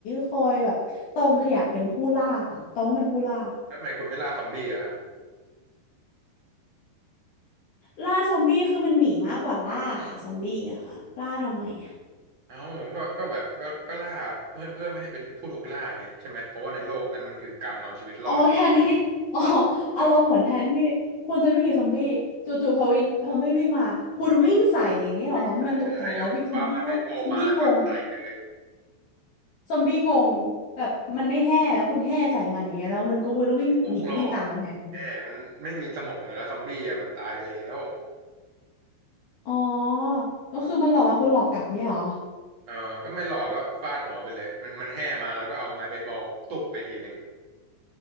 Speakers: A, on the left; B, on the right.
A: คอยแบบตองอยากเป็นผู้ล่าค่ะตองว่ามันผู้ล่า
B: แล้วทำไมคุณไม่ล่าซอมบี้ล่ะครับ
A: ล่าซอมบี้คือมันหนีมากกว่าล่าซอมบี้อะค่ะล่าทำไมอะ
B: เอ้าก็ก็แบบก็ก็ล่าเพื่อเพื่อไม่ให้เป็นผู้ถูกล่าไงใช่ไหมเพราะว่าในโลกนั้นมันคือการเอาชีวิตรอด
A: อ๋อแทนที่อ๋ออารมณ์เหมือนแทนที่คุณจะวิ่งหนีซอมบี้จู่ๆพอวินพอไม่วิ่งมาคุณวิ่งใส่อย่างเงี้ยเหรอทำให้มันตกใจแล้ววิ่งซอมบี้ก็ซอมบี้งง
B: เราไม่ใส่เลยเอาปลาไม้เบสบอลมาแล้วก็ใส่เลย
A: ซอมบี้งงแบบมันไม่แห่แล้วคุณแห่ใส่มันอย่างเงี้ยแล้วมันก็วิ่งหนีวิ่งตามมาแทน
B: ไม่งงหรอกแหมมันไม่มีสมองอยู่แล้วซอมบี้อ่ะมันตายไปแล้ว
A: อ๋อก็คือมันหลอกมาคุณหลอกกลับเงี้ยเหรอ
B: เออก็ไม่หลอกก็ฟาดหัวไปเลย มันมันแห่มาแล้วก็เอาไม้เบสบอลตุบไปทีหนึ่ง